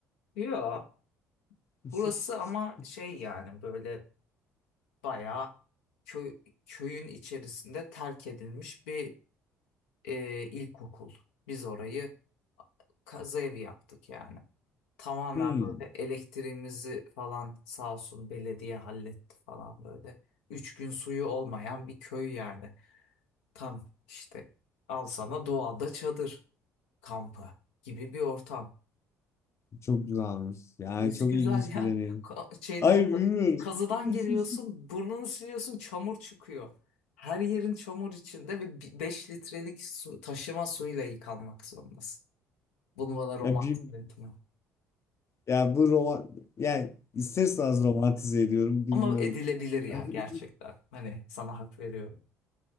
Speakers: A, on the left; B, on the left.
A: Yok.
B: <laughs>
A: Burası ama şey yani böyle bayağı köy, köyün içerisinde terk edilmiş bir e, ilkokul. Biz orayı kaza evi yaptık yani. Tamamen
B: Hmm,
A: böyle elektriğimizi falan sağ olsun belediye halletti falan böyle. Üç gün suyu olmayan bir köy yani. Tam işte al sana doğada çadır kampı gibi bir ortam.
B: çok güzelmiş. Yani
A: Nesi
B: çok
A: güzel
B: ilginç
A: yani.
B: bir deneyim.
A: Ka- şeyden
B: Hayır
A: ka-
B: bilmiyorum.
A: kazıdan
B: <laughs>
A: geliyorsun, burnunu siliyorsun, çamur çıkıyor. Her yerin çamur içinde ve bi- 5 litrelik su, taşıma suyla yıkanmak zorundasın. Bunu bana romantik
B: Ya, bir,
A: etme.
B: ya bu roman yani ister istemez romantize ediyorum bilmiyorum.
A: Ama edilebilir ya
B: <laughs>
A: gerçekten. Hani sana hak veriyorum.